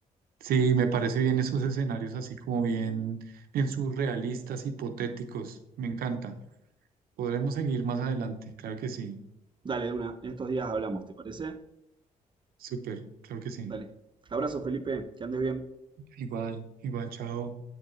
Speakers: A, on the right; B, on the right.
A: sí, me parece bien esos escenarios así como bien, bien surrealistas, hipotéticos, me encantan. Podremos seguir más adelante, claro que sí,
B: Dale, de una. En estos días hablamos, ¿te parece?
A: súper, claro que sí.
B: Dale. Abrazo, Felipe. Que andes bien.
A: Igual, igual, chao.